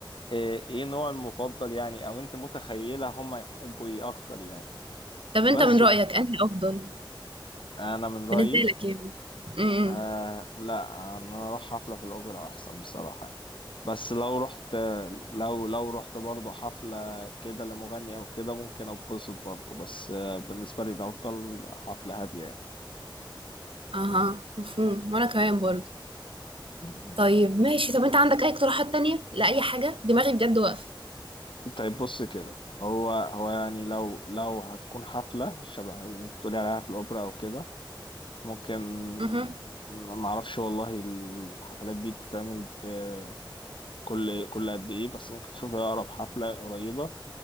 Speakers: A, on the left; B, on the right.
A: ايه إيه نوع المفضل يعني او انت متخيله هم يحبوا ايه اكتر يعني
B: طب
A: بس
B: انت من رأيك انهي افضل
A: انا من رايي
B: بالنسبة لك يعني امم
A: آه لا ان انا اروح حفله في الاوبرا احسن بصراحه يعني. بس لو رحت لو لو رحت برضه حفله كده لمغني او كده ممكن اتبسط برضه بس آه بالنسبه لي ده افضل حفله هاديه يعني
B: اها مفهوم وانا كمان برضه
A: مم.
B: طيب ماشي طب انت عندك اي اقتراحات تانية لأي حاجة دماغي بجد واقفة
A: طيب بص كده هو هو يعني لو لو هتكون حفله شبه اللي انت بتقولي عليها في الاوبرا او كده ممكن
B: مهم.
A: ما اعرفش والله الحفلات دي بتتعمل ب- كل كل قد ايه بس ممكن تشوف اقرب حفله قريبه